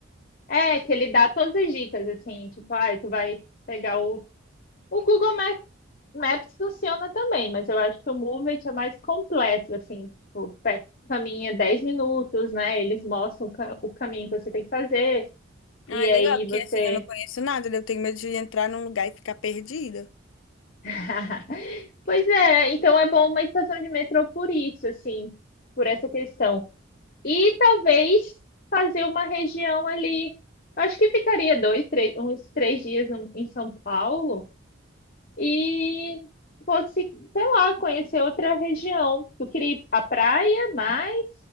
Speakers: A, on the left; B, on the left.
A: é que ele dá todas as dicas, assim, tipo, ai, tu vai pegar o. O Google Ma- Maps funciona também, mas eu acho que o Move It é mais completo, assim, tipo, pe- caminha 10 minutos, né? Eles mostram o ca- o caminho que você tem que fazer.
B: Ah,
A: E
B: é
A: aí
B: legal, porque
A: você
B: assim, eu não conheço nada, né? eu tenho medo de entrar num lugar e ficar perdida.
A: <laughs> Pois é, então é bom uma estação de metrô por isso, assim, por essa questão. E talvez fazer uma região ali. Acho que ficaria dois, três, uns três dias em em São Paulo e fosse, sei lá, conhecer outra região. Eu queria ir à praia mais